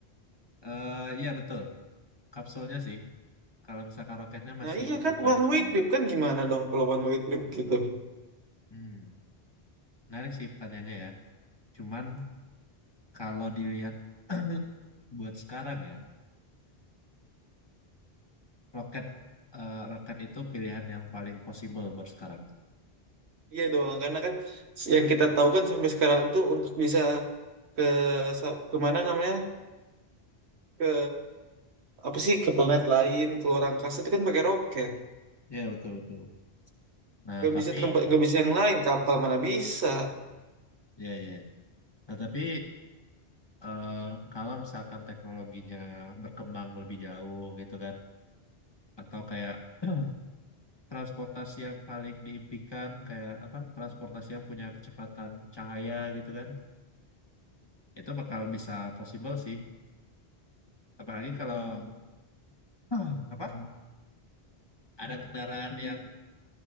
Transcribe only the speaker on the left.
Eh, iya betul kapsulnya sih. Kalau misalkan roketnya
masih
bisa
balik
ke,
hmm, menarik sih pertanyaannya ya. Cuman kalau dilihat <clears throat> buat sekarang ya roket eh, roket itu pilihan yang paling possible buat sekarang.
Iya betul betul. Nah
tapi
ya ya Nah, tapi eh, kalau misalkan teknologinya berkembang lebih jauh gitu kan, atau kayak <clears throat> transportasi yang paling diimpikan kayak apa? Transportasi yang punya kecepatan cahaya gitu kan, itu bakal bisa possible sih. Apalagi kalau <clears throat> apa? Ada kendaraan yang